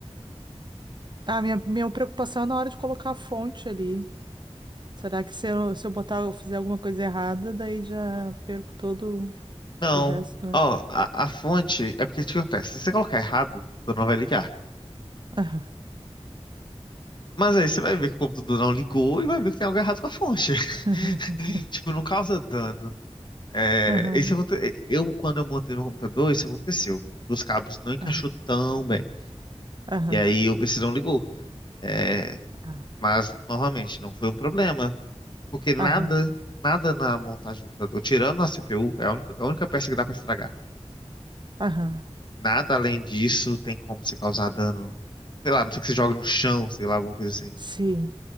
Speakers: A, on the right; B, on the left.
A: Ah, minha, minha preocupação é na hora de colocar a fonte ali. Será que se eu, se eu botar, eu fizer alguma coisa errada, daí já perco todo
B: Não.
A: o resto, né?
B: Ó, a, a fonte é porque o que acontece? Se você colocar errado, o computador não vai ligar.
A: Aham.
B: Mas aí você vai ver que o computador não ligou e vai ver que tem algo errado com a fonte. <laughs>
A: <laughs>
B: Tipo, não causa dano. É,
A: Aham.
B: isso aconte... Eu, quando eu montei meu computador, isso aconteceu. Os cabos não encaixou
A: Aham.
B: tão bem.
A: Aham.
B: E aí o PC não ligou. É,
A: ah,
B: mas, novamente, não foi um problema. Porque nada,
A: Aham.
B: nada na montagem do computador, tirando a CPU, é a única, a única peça que dá pra estragar.
A: Aham.
B: Nada além disso tem como você causar dano. Sei lá, não sei que você joga no chão, sei lá, alguma coisa assim.
A: Sim.